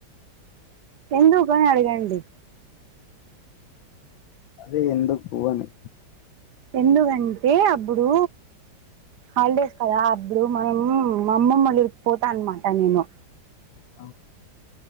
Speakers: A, on the right; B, on the left.
A: ఎందుకా అని అడగండి
B: అదే ఎందుకు అని
A: ఎందుగంటే అబ్బుడు హాలిడేస్ కదా అబ్బుడు మనం అమ్మమ్మలురికి పోతా అన్నమాట నేను.
B: సామ్